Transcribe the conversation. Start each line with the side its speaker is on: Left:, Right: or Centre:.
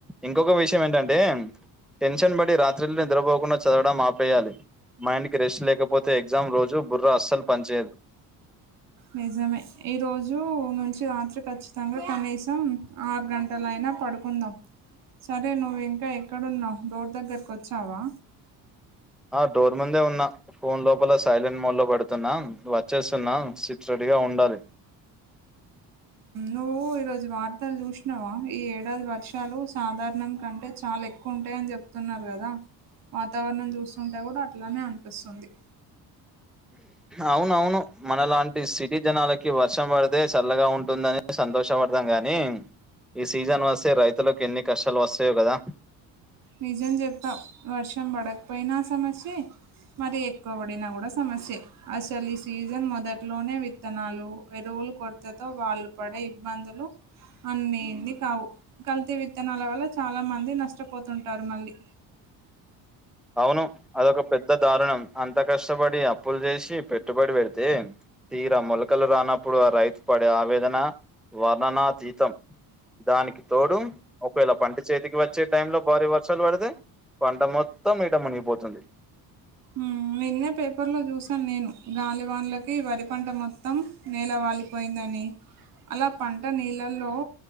Centre: ఇంకొక విషయం ఏంటంటే టెన్షన్ పడి రాత్రిలు నిద్రపోకుండా చదవడం ఆపేయాలి మైండ్ కి రెస్ట్ లేకపోతే ఎగ్జామ్ రోజు బుర్ర అస్సలు పనిచయదు
Right: నిజమే ఈరోజు నుంచి రాత్రి ఖచ్చితంగా కనీసం ఆరు గంటల అయినా పడుకుందాం సరే నువ్వు ఇంకా ఎక్కడున్నావ్ డోర్ దగ్గరకి వచ్చావా
Centre: ఆ డోర్ ముందే ఉన్నా ఫోన్ లోపల సైలెంట్ మోడ్లో పెడుతున్నా వచ్చేస్తున్నా సిక్స్ రెడీగా ఉండాలి
Right: నువ్వు ఈ రోజు వార్తలు చూసినావా ఈ ఏడాది వర్షాలు సాధారణం కంటే చాలా ఎ ఉంటాయి అని చెప్తున్నారు కదా వాతావరణం చూస్తుంటే కూడా అట్లనే అనిపిస్తుంది
Centre: అవును అవును మనలాంటి సిటీ జనాలకి వర్షం పడితే చల్లగా ఉంటుందని సంతోషపడతం గాని ఈ సీజన్ వస్తే రైతులకు ఎన్ని కష్టాలు వస్తాయో కదా
Right: నిజం జెప్పావు వర్షం పడకపోయినా సమస్యే మరీ ఎక్కువ పడినా కూడా సమస్యే అసలు ఈ సీజన్ మొదట్లోనే విత్తనాలు ఎరువులు కొరతతో వాళ్ళు పడే ఇబ్బందులు అన్ని ఇన్ని కావు కల్తీ విత్తనాల వల్ల చాలా మంది నష్టపోతుంటారు మళ్ళీ
Centre: అవును అదొక పెద్ద దారుణం అంత కష్టపడి అప్పులు జేసి పెట్టుబడి పెడితే తీర మొలకలు రానప్పుడు ఆ రైతు పడే ఆవేదన వర్ణనాతీతం దానికి తోడు ఒకవేళ పంట చేతికి వచ్చే టైంలో భారీ వర్షాలు పడితే పంట మొత్తం మీట మునిగిపోతుంది
Right: ఉ నిన్నే పేపర్లో చూసాను నేను గాలివాన్లకి వరి పంట మొత్తం నేల వాలిపోయిందని అలా పంట నీళ్ళల్లో